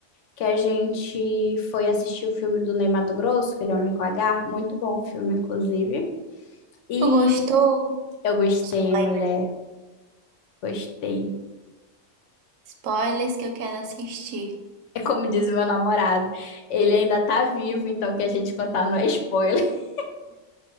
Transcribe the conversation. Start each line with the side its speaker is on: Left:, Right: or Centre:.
Left: que a gente foi assistir o filme do Ney Matogrosso, aquele Homem com H, muito bom o filme, inclusive. E
Right: Tu gostou?
Left: eu gostei,
Right: Spoiler.
Left: mulher, gostei.
Right: Spoilers que eu quero assistir.
Left: É como diz o meu namorado, ele ainda tá vivo, então o que a gente contar não é spoiler. <laughs>